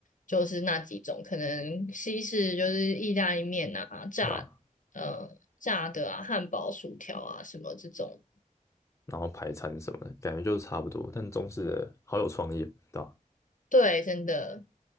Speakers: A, on the left; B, on the left.
A: 就是那几种，可能西式就是意大利面啊、炸
B: 对啊。
A: 呃炸的啊、汉堡、薯条啊什么这种。
B: 然后排餐什么的，感觉就是差不多。但中式的好有创意哦，对吧？
A: 对，真的